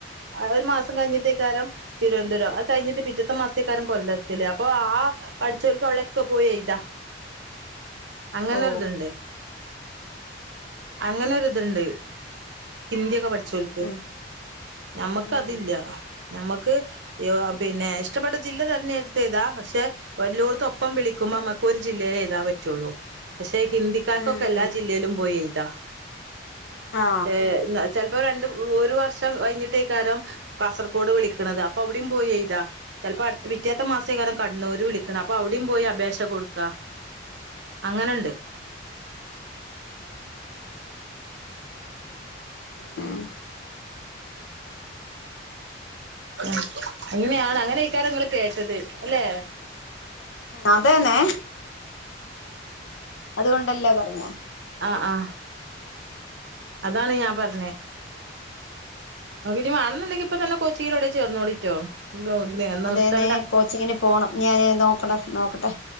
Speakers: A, on the right; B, on the left.
A: ഒരു മാസം കഴിഞ്ഞിട്ടക്കാരം തിരുവനന്തപുരം അത് കഴിഞ്ഞിട്ട് പിറ്റത്തെ മാസക്കാരം കൊല്ലത്തിൽ അപ്പൊ ആ പഠിച്ചോൽക്ക് അവിടെ പോയി ഒക്കെ എഴുതാം അങ്ങനെ
B: ഓ
A: ഒരു ഇത് ഉണ്ട് അങ്ങനെ ഒരു ഇത് ഉണ്ട് ഹിന്ദി ഒക്കെ
B: ഉം
A: പഠിച്ചോൽക്ക്
B: ഉം ഉം
A: ഞമ്മക്ക്
B: ഉം
A: അത് ഇല്ല ഞമ്മക്ക് പിന്നെ ഇഷ്ട്ടപ്പെട്ട ജില്ല തെരഞ്ഞെടുത് എഴുതാം പക്ഷെ എല്ലോടത്തും ഒപ്പം വിളിക്കുമ്പോൾ ഞമ്മക്ക് ഒരു ജില്ലയിലെ എഴുതാൻ പറ്റൂള്ളൂ പക്ഷെ ഹിന്ദിക്കാർക്ക്
B: ഉം
A: ഒക്കെ എല്ലാ ജില്ലയിലും പോയി എഴുതാം
B: ആ
A: ഏ ചെലപ്പോ ഇപ്പൊ രണ്ട് ഒരു വർഷം കഴിഞ്ഞപ്പൊ കഴിഞ്ഞിട്ട് ക്കാരം കാസർഗോഡ് വിളിക്കണത് അപ്പൊ അവിടിം പോയി എഴുതാം ചിലപ്പോ അടുത്ത പിറ്റത്തെ മാസക്കാരം കണ്ണൂർ വിളിക്കണത് അപ്പൊ അവിടിം പോയി അപേക്ഷ കൊടുക്കാം അങ്ങനെ ഉണ്ട്
B: ഉം
A: മ്മ് അങ്ങനെയാണ് അങ്ങന്ക്കാരം ഇങ്ങള് കേട്ടത് ല്ലേ
B: അതെന്നെ അതുകൊണ്ട് അല്ലെ പറഞ്ഞെ
A: അ ആ അതാണ് ഞാൻ പറഞ്ഞേ ഇങ്ങൾക്ക് ഇനി വേണംന്നുണ്ടെങ്കിൽ കോച്ചിംങ്ങിന് എവിടെ എങ്കിലും ചേർന്നോളി ട്ടോ നിർത്തേണ്ട
B: അതേന്നെ കോച്ചിങ്ങിന് പോണം ഞാന് നോക്കണ നോക്കട്ടെ